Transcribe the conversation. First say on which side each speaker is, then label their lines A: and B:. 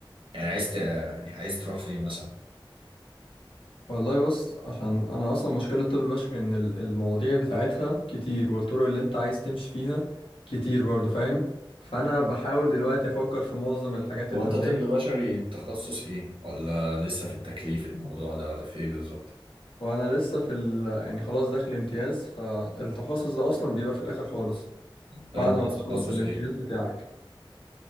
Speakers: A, on the right; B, on the left.
A: يعني عايز ت... يعني عايز تروح فين مثلا؟
B: والله بص عشان انا اصلا مشكلة طب بشري ان ال- المواضيع بتاعتها كتير والطرق اللي انت عايز تمشي فيها كتير برضو فاهم فانا بحاول دلوقتي افكر في معظم الحاجات
A: هو
B: اللي
A: انت
B: قدامي
A: طب بشري تخصص ايه؟ ولا لسه في التكليف الموضوع ده ولا في ايه بالظبط؟
B: وانا لسه في ال... يعني خلاص داخل امتياز فالتخصص ده اصلا بيبقى في الاخر خالص
A: طب
B: بعد
A: انت
B: ما
A: عايز
B: بتخلص
A: تخصص
B: الامتياز
A: ايه؟
B: بتاعك